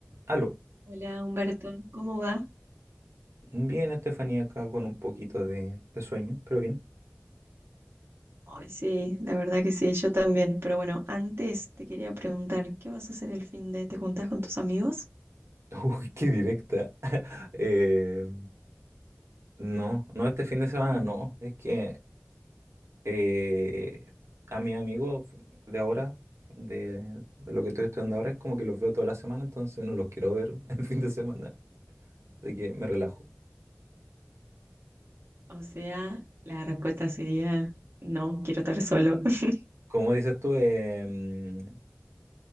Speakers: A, on the right; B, on the right.
A: Aló,
B: Hola Humberto, ¿cómo va?
A: bien Estefanía acá con un poquito de, de sueño, pero bien.
B: Ay, sí, la verdad que sí, yo también. Pero bueno, antes te quería preguntar, ¿qué vas a hacer el fin de? ¿Te juntás con tus amigos?
A: <laughs> Uy, qué directa. <laughs> Eh, no, no este fin de semana, no. Es que eh, a mis amigos de ahora, de, de lo que estoy estudiando ahora, es como que los veo toda la semana, entonces no los quiero ver <laughs> el fin de semana. Así que me relajo.
B: O sea, la respuesta sería, no, quiero estar solo. <laughs>
A: Como dices tú, eh, mm,